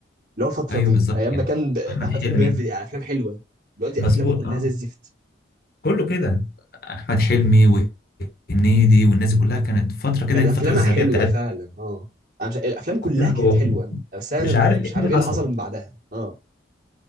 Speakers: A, on the right; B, on the left.
A: اللي هو الفتره
B: ايوه
A: دي
B: بالظبط
A: ايام
B: كده
A: ما كان ب-
B: احمد
A: احمد
B: حلمي
A: حلمي بيعمل يعني افلام حلوه دلوقتي
B: مظبوط
A: افلامه كلها
B: اه
A: زي الزفت
B: كله كده احمد حلمي وهنيدي والناس دي كلها كانت فتره كده
A: كانت
B: الفتره
A: افلامها
B: الذهبيه
A: حلوه
B: بتاعتهم
A: فعلا اه انا مش الافلام كلها
B: كله
A: كانت حلوه بس انا
B: مش عارف
A: مش
B: ايه
A: عارف
B: اللي
A: ايه
B: حصل
A: اللي حصل من بعدها اه